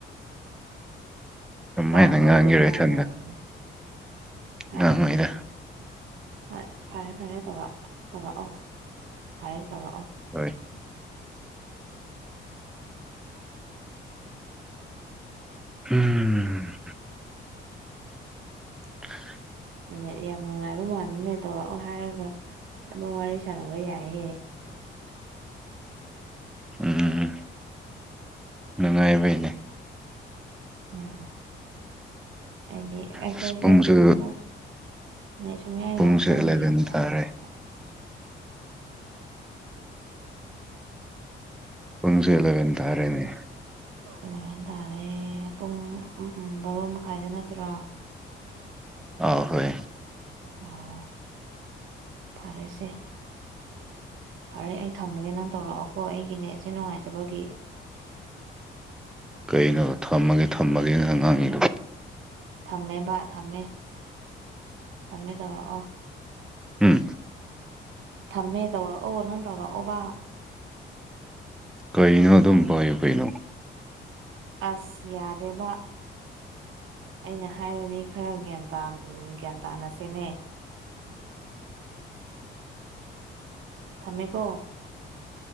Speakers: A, in the centre; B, on the right.
A: ꯀꯝꯍꯥꯏꯅ
B: ꯀꯥꯎꯔꯒ
A: ꯉꯥꯡꯒꯦꯔꯣ
B: ꯑꯗꯨꯝ ꯉꯥꯡꯉꯒ
A: ꯏꯊꯥꯟꯗ
B: ꯂꯩꯅꯤ ꯍꯥ
A: ꯉꯥꯡꯉꯣꯢꯗ
B: ꯍꯣꯏ ꯐꯔꯦ ꯐꯔꯦ ꯇꯧꯔꯛ ꯇꯧꯔꯛꯑꯣ ꯐꯔꯦ ꯇꯧꯔꯛꯑꯣ
A: ꯍꯣꯏ ꯎꯝ <unintelligible>
B: ꯅꯦꯠ ꯌꯥꯝ ꯅꯨꯡꯉꯥꯏꯕ ꯃꯥꯜꯂꯤꯅꯦ ꯇꯧꯔꯛꯑꯣ ꯍꯥꯏꯔꯒ ꯑꯗꯨꯝ ꯋꯥꯔꯤ ꯁꯥꯟꯅꯕ ꯌꯥꯏꯍꯦ
A: ꯎꯝꯝ ꯎꯝ ꯅꯨꯡꯉꯥꯏꯕꯩꯅꯦ
B: ꯎꯝ ꯍꯥꯏꯗꯤ ꯑꯩꯈꯣꯏꯁꯦ
A: ꯑꯁ ꯄꯨꯡꯁꯨ
B: ꯍꯟꯗꯛ ꯅꯦꯠ ꯁꯨꯝꯌꯥ
A: ꯄꯨꯡꯁꯦ
B: ꯌꯥꯗꯕꯒꯤ
A: ꯑꯦꯂꯚꯦꯟ
B: ꯌꯥꯝ ꯇꯟꯕꯅꯦꯕ
A: ꯇꯥꯔꯦ ꯄꯨꯟꯁꯨ ꯑꯦꯂꯕꯦꯟ ꯊꯥꯔꯦꯅꯦ
B: ꯑꯂꯦꯚꯦꯟ ꯇꯥꯔꯦ ꯄꯨꯡ ꯕꯥꯔꯣ ꯃꯈꯥꯏꯗ ꯅꯠꯇ꯭ꯔꯣ
A: ꯑꯥ ꯍꯣꯏ
B: ꯑꯣ ꯐꯔꯦꯁꯦ ꯐꯔꯦ ꯑꯩ ꯊꯝꯃꯒꯦ ꯅꯪ ꯇꯧꯔꯛꯑꯣꯀꯣ ꯑꯩꯒꯤ ꯅꯦꯠꯁꯦ ꯅꯨꯡꯉꯥꯏꯇꯕꯒꯤ
A: ꯀꯩꯅꯣ ꯊꯝꯃꯒꯦ ꯊꯝꯃꯒꯦꯅ ꯉꯥꯡꯉꯤꯗꯣ
B: ꯊꯝꯃꯦ ꯕꯥ ꯊꯝꯃꯦ ꯊꯝꯃꯦ ꯇꯧꯔꯛꯑꯣ
A: ꯎꯝ
B: ꯊꯝꯃꯦ ꯇꯧꯔꯛꯑꯣ ꯅꯪ ꯇꯧꯔꯛꯑꯣꯕ
A: ꯀꯩꯅꯣ ꯑꯗꯨꯝ
B: ꯊꯝꯃꯦ
A: ꯄꯥꯏꯌꯨ ꯀꯩꯅꯣ
B: ꯑꯁ ꯌꯥꯗꯦꯕ ꯑꯩꯅ ꯍꯥꯏꯔꯗꯤ ꯈꯔ ꯒ꯭ꯌꯥꯟ ꯇ ꯒ꯭ꯌꯥꯟ ꯇꯥꯅꯁꯦꯃꯦ ꯊꯝꯃꯦꯀꯣ